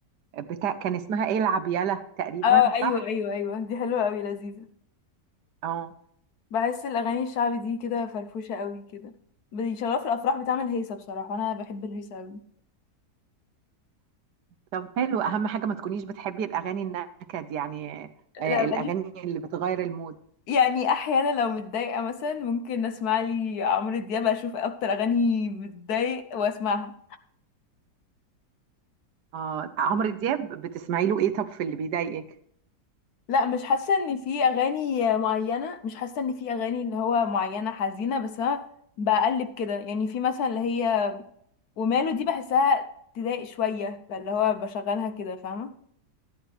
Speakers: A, on the right (about 75°); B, on the left (about 65°).
A: بتاع كان اسمها ايه العب يالا تقريبا
B: اه ايوه
A: صح
B: ايوه ايوه دي حلوه قوي لذيذه
A: اه
B: بحس الاغاني الشعبي دي كده فرفوشه قوي كده بيشغلوها في الافراح بتعمل هيصه بصراحه وانا بحب الهيصه قوي
A: طب حلو اهم حاجة ما تكونيش بتحبي الاغاني النكد يعني آه،
B: لا ماليش
A: الاغاني اللي بتغير المود
B: يعني احيانا لو متضايقه مثلا ممكن اسمع لي عمرو دياب اشوف اكتر اغاني بتضايق واسمعها
A: اه عمرو دياب بتسمعي له ايه طب في اللي بيضايقك
B: لا مش حاسه ان في اغاني معينه مش حاسه ان في اغاني اللي هو معينه حزينه بس انا بقلب كده يعني في مثلا اللي هي وماله دي بحسها تضايق شويه فاللي هو بشغلها كده فاهمه